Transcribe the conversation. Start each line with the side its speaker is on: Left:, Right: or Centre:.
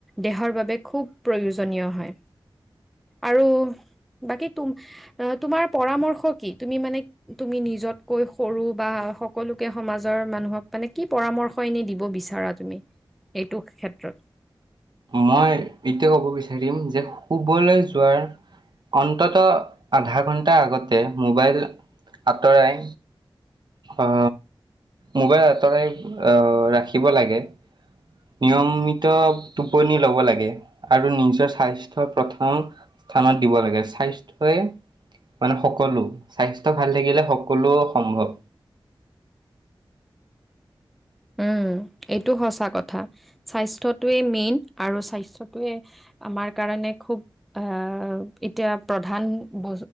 Centre: দেহৰ বাবে খুব প্ৰয়োজনীয় হয় আৰু বাকী তুম তোমাৰ পৰামৰ্শ কি তুমি মানে তুমি নিজতকৈ সৰু বা সকলোকে সমাজৰ মানুহক মানে কি পৰামৰ্শ হয় নি দিব বিচাৰা তুমি এইটো ক্ষেত্ৰত
Right: মই এতিয়া ক'ব বিচাৰিম যে শুবলৈ যোৱাৰ অন্তত আধা ঘণ্টা আগতে মোবাইল আঁতৰাই অ মোবাইল আতৰাই আহ ৰাখিব লাগে নিয়মিত টোপনি লব লাগে আৰু নিজৰ স্বাস্থ্যৰ প্ৰথম স্থানত দিব লাগে স্বাস্থ্যই মানে সকলো স্বাস্থ্য ভাল থাকিলে সকলো সম্ভৱ
Centre: উম এইটো সঁচা কথা স্বাস্থ্যটোৱে মেইন আৰু স্বাস্থ্যটোৱে আমাৰ কাৰণে খুব আহ এতিয়া প্ৰধান ব